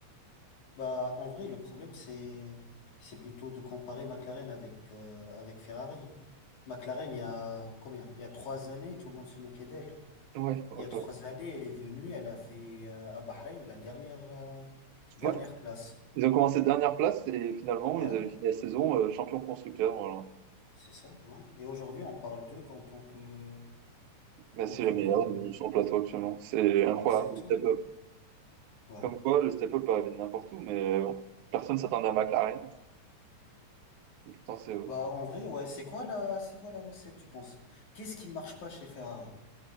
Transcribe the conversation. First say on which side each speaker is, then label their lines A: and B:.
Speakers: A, on the left (about 85°); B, on the right (about 85°).
A: Bah, en vrai, le problème, c'est, c'est plutôt de comparer McLaren avec, euh, avec Ferrari. McLaren, il y a combien? Il y a trois années, tout le monde se moquait d'elle.
B: Ouais, ouais,
A: Il y a trois
B: ouais.
A: années, elle est venue, elle a fait euh, à Bahreïn la dernière, euh, dernière
B: Ouais,
A: place.
B: Ils ont commencé dernière place, et finalement,
A: Ouais.
B: ils avaient fini la saison euh, champion constructeur, voilà.
A: C'est ça, ouais. Et aujourd'hui, on parle d'eux en tant que,
B: Mais
A: en
B: c'est
A: tant
B: les meilleurs
A: que,
B: euh, sur le plateau actuellement. C'est incroyable,
A: exactement,
B: le step
A: ouais.
B: Comme quoi, le step-up peut arriver de n'importe où, mais bon, personne s'attendait à McLaren. Et pourtant, c'est eux.
A: Bah, en vrai, ouais, c'est quoi la, c'est quoi la recette, tu penses? Qu'est-ce qui ne marche pas chez Ferrari?